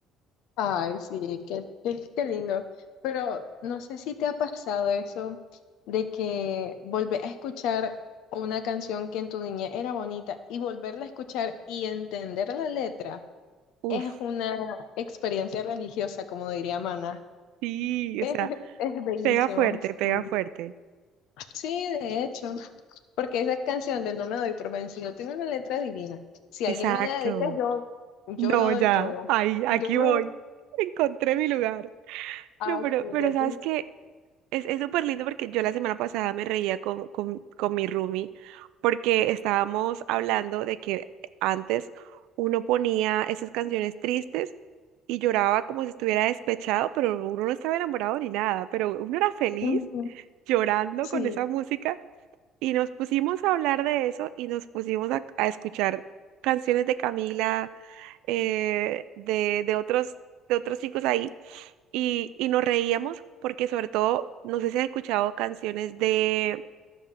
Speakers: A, on the left; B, on the right.
A: Ay, sí, qué, qué, qué lindo. Pero no sé si te ha pasado eso de que volver a escuchar una canción que en tu niñez era bonita y volverla a escuchar y entender la letra
B: Uf,
A: es una experiencia religiosa, como diría Mana.
B: sí,
A: Es,
B: o sea,
A: es bellísimo.
B: pega fuerte,
A: Sí.
B: pega fuerte.
A: Sí, de hecho, porque esa canción de No me doy por vencido tiene una letra divina. Si alguien
B: Exacto.
A: me la dedica, yo, yo
B: No,
A: lo doy
B: ya,
A: todo.
B: ahí, aquí
A: Yo lo
B: voy.
A: doy.
B: Encontré mi lugar.
A: Ah,
B: No, pero,
A: sí,
B: pero
A: de aquí
B: ¿sabes qué? Es, es súper lindo porque yo la semana pasada me reía con, con, con mi roomie porque estábamos hablando de que antes uno ponía esas canciones tristes y lloraba como si estuviera despechado, pero uno no estaba enamorado ni nada, pero uno era feliz
A: soy.
B: llorando
A: Sí,
B: con esa música y nos pusimos a hablar de eso y nos pusimos a, a escuchar canciones de Camila, eh, de, de otros, de otros chicos ahí y, y nos reíamos porque sobre todo, no sé si has escuchado canciones de,